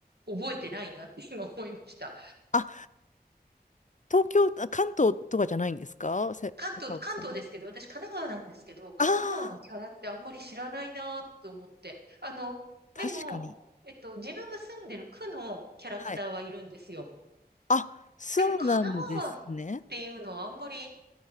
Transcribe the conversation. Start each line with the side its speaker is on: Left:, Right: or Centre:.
Right: 覚えてないなって今思いました。
Left: あ、東京、あ関東とかじゃないんですかせ、
Right: 関東、
Left: 赤荻さん。
Right: 関東ですけど、私神奈川なんですけど、神奈川のキャラってあんまり知らないなと思って。
Left: ああ、
Right: あの、
Left: 確かに。
Right: でも、えっと、自分が住んでる区のキャラクターはいるんですよ。
Left: はい。あ、そうなんですね。
Right: でも神奈川っていうのはあんまり